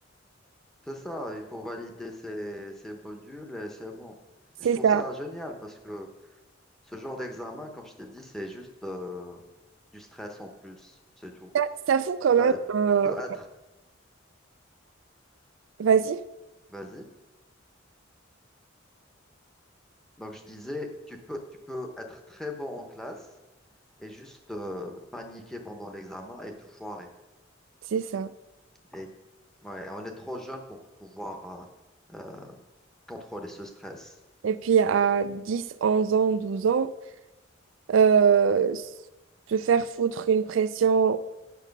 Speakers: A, in the centre; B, on the right.
A: C'est ça, il faut valider ces, ces modules et c'est bon.
B: C'est
A: Et je trouve
B: ça.
A: ça génial parce que ce genre d'examen, comme je t'ai dit, c'est juste euh, du stress en plus, c'est tout.
B: Ça, ça fout quand même
A: T'as-
B: un...
A: tu peux être,
B: Vas-y,
A: vas-y. Donc je disais, tu peux, tu peux être très bon en classe et juste euh, paniquer pendant l'examen et tout foirer.
B: c'est ça.
A: Et ouais, on est trop jeune pour pouvoir euh, euh, contrôler ce stress.
B: Et puis à dix onze ans, 12 ans, euh, se faire foutre une pression